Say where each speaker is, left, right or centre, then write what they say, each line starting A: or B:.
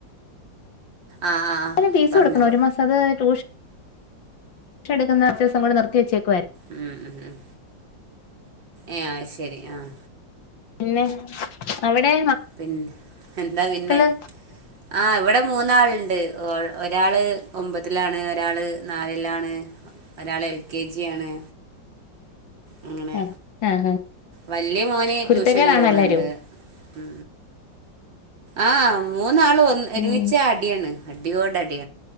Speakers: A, on the right; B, on the left.
A: ആഹ് ആഹ് ആഹ്
B: എ ഫീസ
A: പറഞ്ഞോളൂ
B: കൊടുക്കണം ഒരു മാസം അത് ട്യൂഷ ട്യൂഷൻ എടുക്കുന്ന അഭ്യസംങ്ങൾ നിർത്തി വെച്ചേക്ക
A: ഉം ഉ ഉം ഏ ശരി ആഹ
B: പിന്നെ അവിടെ
A: പിന്നെ എന്താ പിന്നെ
B: മക്കള്
A: ആ ഇവിടെ മൂന്നാളുണ്ട് ഒരാള് ഒമ്പതിലാണ് ഒരാള് നാലിലാണ് ഒരാൾ എൽ കെ ജിയണ് അങ്ങനെ
B: ആ ആ
A: വല്യ മോന്
B: കുരുത്തക്കേടാണോ
A: ട്യൂഷന് പോണണ്ട്
B: എല്ലാരും
A: ഉ ആഹ മൂന്നാള് ഒന്ന് ഒരുമിച്ചടി
B: ഉം
A: അടിയാണ് അടിയോടടി